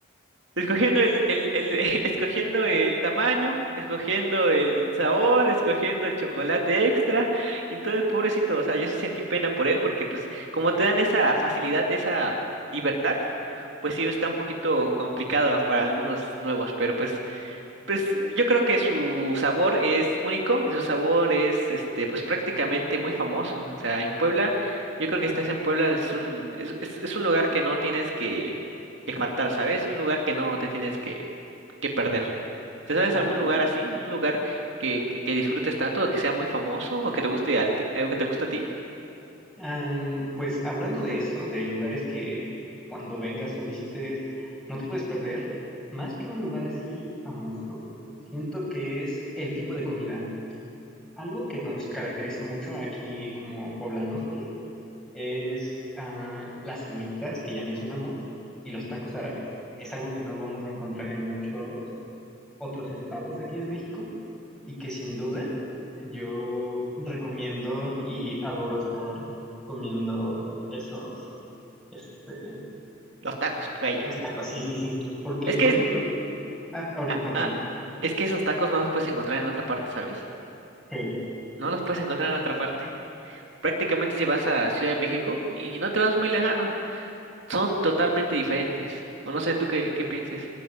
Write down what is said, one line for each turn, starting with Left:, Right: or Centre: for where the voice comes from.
Right: escogiendo el, el, el <laughs> escogiendo el tamaño, escogiendo el sabor, escogiendo el chocolate extra. Entonces, pobrecito, o sea, yo sí sentí pena por él porque pues como te dan esa facilidad, esa libertad, pues sí está un poquito complicado para algunos nuevos, pero pues pues eh, yo creo que su sabor es único y su sabor es este pues prácticamente muy famoso. O sea, en Puebla, yo creo que estás en Puebla, es un, es, es, es un lugar que no tienes que, que faltar, ¿sabes? Un lugar que no te tienes que, que perder. ¿Te sabes
Centre: Hab-
Right: algún lugar así? ¿Un lugar que, que, que disfrutes tanto, o que sea muy famoso, o que te guste al ti- o que te gusta a ti?
Centre: am, pues hablando de eso, de lugares que cuando vengas o visites no te puedes perder, más que un lugar así famoso, siento que es el tipo de comida. Algo que nos caracteriza mucho aquí como poblanos, vaya es ah, las semitas que ya mencionamos y los tacos árabes. Es algo que no vamos a encontrar en muchos otros estados aquí de México y que sin duda yo recomiendo y adoro estar comiendo esos, este,
Right: Los tacos, playa.
Centre: pues tacos, sí, sí, sí. Porque,
Right: Es
Centre: por
Right: que
Centre: ejemplo,
Right: es,
Centre: ah, a ver,
Right: ah,
Centre: cuéntame.
Right: ah, es que esos tacos no los puedes encontrar en otra parte, ¿sabes?
Centre: Sí,
Right: No los puedes encontrar en otra parte. Prácticamente si vas a Ciudad de México y no te vas muy lejano, son totalmente diferentes. O no sé tú qué, qué pienses.